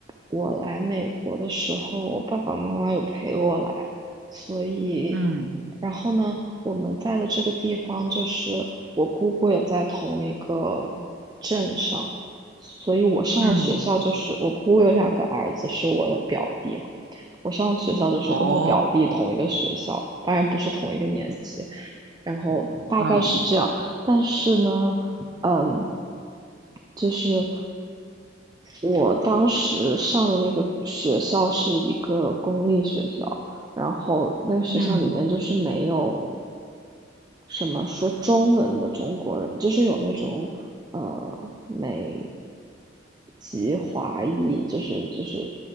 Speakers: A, on the right; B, on the right.
A: 我来美国的时候，我爸爸妈妈有陪我来，所以
B: 嗯
A: 然后呢，我们在的这个地方就是我姑姑也在同一个镇上，所以我上的学校就是我姑姑有两个儿子是我的表弟嘛，
B: 嗯，
A: 我上的学校就是跟我表弟同一个学校，
B: 哦，
A: 当然不是同一个年级。然后大概是这样。
B: 嗯
A: 但是呢，嗯，就是我当时上的那个学校是一个公立学校，然后那个学校里面就是没有
B: 嗯。
A: 什么说中文的中国人，就是有那种呃美籍华裔，就是就是